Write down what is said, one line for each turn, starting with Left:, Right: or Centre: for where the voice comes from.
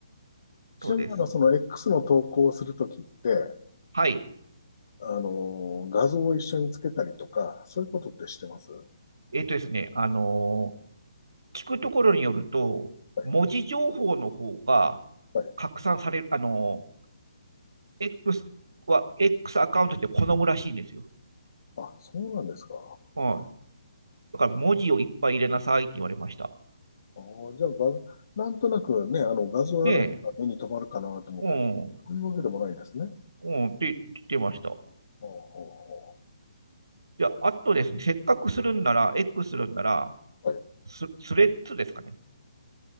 Left: <laughs> ちなみに、
Right: そうです。
Left: あの、その X の投稿をするときって、
Right: はい。
Left: あのー画像を一緒につけたりとか、そういうことってしてますは
Right: えっ、とですね、あのー聞くところによると、
Left: い。
Right: 文字情報の方が
Left: はい。
Right: 拡散される、あの、X は、X アカウントって好むらしいんですよ。
Left: あ、そうなんですか。
Right: うん。だから文字をいっぱい入れなさいって言われました。
Left: あーじゃあが、画なんとなくね、あの、画像ある方が目に留まるかなと思って、
Right: ねえ、うん、
Left: そういうわけでもないんですね。
Right: うん、って言ってました。
Left: ほうほうほ
Right: じゃあ、あとですね、せっかくするんなら、X するんなら、
Left: う。はい。
Right: ス、スレッズですかね。